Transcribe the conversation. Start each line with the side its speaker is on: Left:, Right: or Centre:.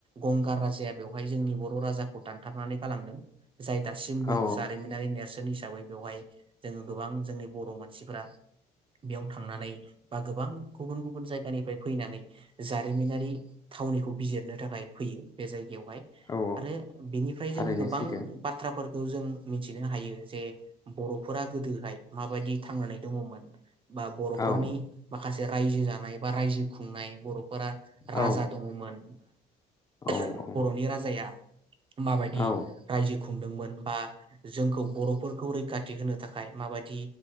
Right: गंगार राजाया बेवहाय जोंनि बर' राजाखौ दानथारनानै गालांदों जाय दासिमबो
Left: औ
Right: जारिमिनारि नेेरसोननि हिसाबै बेवहाय जोङो गोबां जोंनि बर' मानसिफ्रा बेयाव थांनानै बा गोबां गुबुन गुबुन जायगानिफ्राय फैनानै जारिमिनारि थावनिखौ बिजिरनो थाखाय फैयो बे जायगायाव
Left: औ
Right: <unintelligible> आरो बिनिफ्राय
Left: थारैनो
Right: जों गोबां
Left: सैथो
Right: बाथ्राफोर बेखौ जों मिथिनो हायो जे बर'फोरा गोदोहाय माबायदि थांनानै दङमोन बा बर'फोरनि
Left: औ
Right: मा माखासे रायजो जानाय बा रायजो खुंनाय बर' फोरा राजा
Left: औ
Right: दङमोन। <unintelligible>
Left: औ औ
Right: बर'नि राजाया माबायदि
Left: औ
Right: रायजो खुंदोंमोन बा जोंखौ बर'फोरखौ रैखाथि होनो थाखाय माबायदि